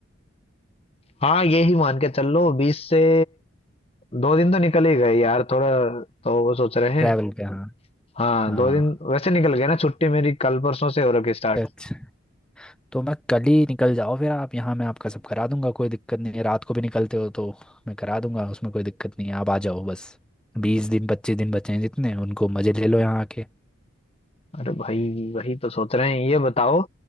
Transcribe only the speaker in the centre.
ट्रैवल
पे ओके हाँ
हाँ
अच्छा तो मैं कल ही निकल जाओ फिर आप यहाँ मैं आपका सब करा दूंगा कोई दिक्कत नहीं है रात को भी निकलते हो तो मैं करा दूंगा उसमें कोई दिक्कत नहीं है आप आ जाओ बस बीस दिन पच्चीस दिन बचे हैं जितने उनको मज़े ले लो यहाँ आके